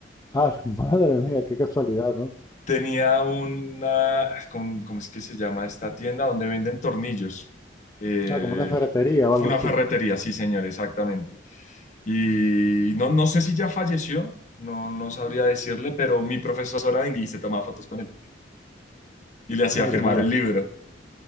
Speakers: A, on the left (about 20°); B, on the left (about 40°).
A: ah, <laughs> madre mía, qué casualidad, ¿no?
B: tenía una, ¿cómo, cómo es que se llama esta tienda? Donde venden tornillos. Eh,
A: Ah, como una ferretería o
B: fue
A: algo
B: una
A: así,
B: ferretería, sí, señor, exactamente. Y no, no sé si ya falleció, no, no sabría decirle, pero mi profesora de inglés se tomaba fotos con él y le hacía
A: madre
B: firmar
A: mía.
B: el libro.